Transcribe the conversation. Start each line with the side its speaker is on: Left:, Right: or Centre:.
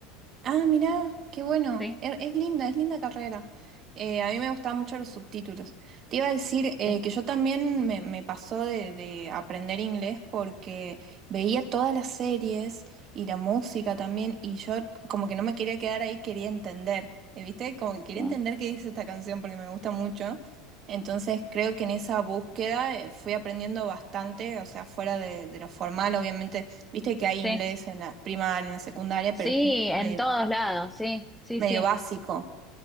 Right: Ah, mirá, qué bueno.
Centre: Sí,
Right: Es, es linda, es linda carrera. Eh, a mí me gustaban mucho los subtítulos. Te iba a decir eh,
Centre: sí,
Right: que yo también me, me pasó de, de aprender inglés porque veía todas las series y la música también y yo como que no me quería quedar ahí, quería entender. eh, ¿Viste? Como que quería
Centre: sí,
Right: entender qué dice esta canción porque me gusta mucho. Entonces creo que en esa búsqueda eh, fui aprendiendo bastante, o sea, fuera de, de lo formal, obviamente, viste que
Centre: sí,
Right: hay inglés en la primaria, en la secundaria,
Centre: sí,
Right: pero es
Centre: en
Right: medio
Centre: todos lados, sí, sí,
Right: medio
Centre: sí,
Right: básico.